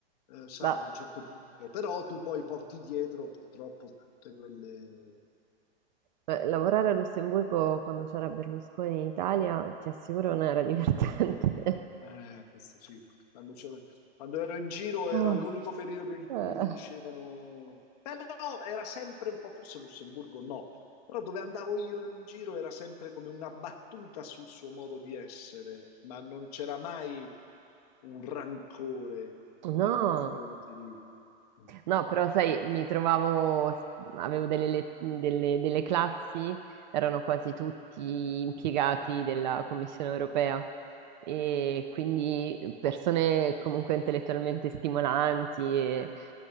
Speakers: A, on the left (about 40°); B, on the right (about 45°).
A: eh, sai,
B: Ma
A: a un certo punto, però tu poi porti dietro purtroppo tutte quelle
B: eh, lavorare a Lussemburgo quando c'era Berlusconi in Italia, ti assicuro, non era <laughs> divertente.
A: Eh, questo sì. Quando, c'ero- quando ero in giro era
B: Ah,
A: l'unico periodo in
B: eh,
A: cui mi dicevano, però era sempre un po', forse Lussemburgo no, però dove andavo io in giro era sempre come una battuta sul suo modo di essere, ma non c'era mai un rancore
B: No,
A: nei confronti di... mm,
B: no, però sai, mi trovavo, avevo delle, le- delle- delle classi, erano quasi tutti impiegati della Commissione europea e quindi persone comunque intellettualmente stimolanti e-